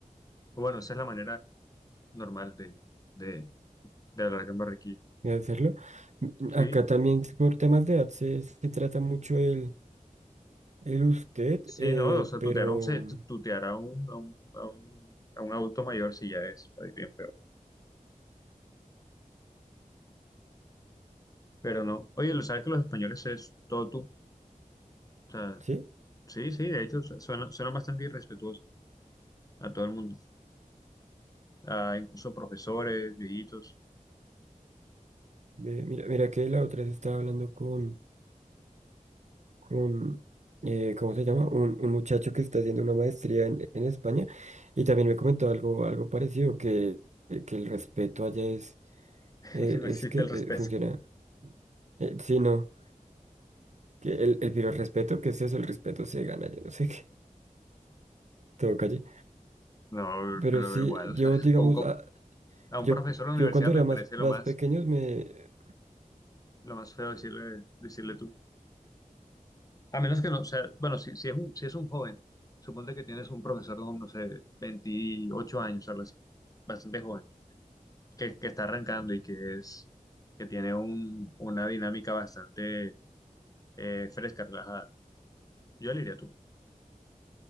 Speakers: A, on the left; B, on the right.
A: Bueno, esa es la manera normal de, de, de hablar acá en Barranquilla,
B: de hacerlo. M-
A: ¿sí?
B: Acá también sí por temas de edad se, se trata mucho el, el usted,
A: Sí,
B: eh,
A: no, o sea,
B: pero
A: tutear a un, se- tu- tutear a un, a un, a un, a un adulto mayor sí ya es ahí bien feo, pero no. Oye, lo sabes que los españoles es todo tú, o sea,
B: sí,
A: sí, sí, de hecho, su- suena, suena bastante irrespetuoso a todo el mundo, a incluso profesores, viejitos,
B: ve, mira, mira que la otra vez estaba hablando con, con eh, ¿cómo se llama? Un, un muchacho que está haciendo una maestría en, en España y también me comentó algo, algo parecido, que, eh, que el respeto allá es,
A: <laughs>
B: eh,
A: No
B: es
A: existe
B: que
A: el respeto.
B: eh, funciona, eh, sí, no, que el, el, pero el respeto, ¿qué es eso? El respeto se gana, yo no sé qué, todo calle.
A: no,
B: Pero
A: pero
B: sí,
A: igual, o
B: yo
A: sea,
B: digamos,
A: ¿cómo- cómo?
B: a-
A: a un
B: Yo,
A: profesor de la
B: yo
A: universidad
B: cuando era
A: me parece
B: más,
A: lo
B: más
A: más,
B: pequeño, me,
A: lo más feo decirle, decirle tú. A menos que no, o sea, bueno, si, si es un, si es un joven, suponte que tienes un profesor de, no sé, 28 años, o algo así, bastante joven, que, que está arrancando y que es, que tiene un, una dinámica bastante eh, fresca, relajada. Yo le diría tú.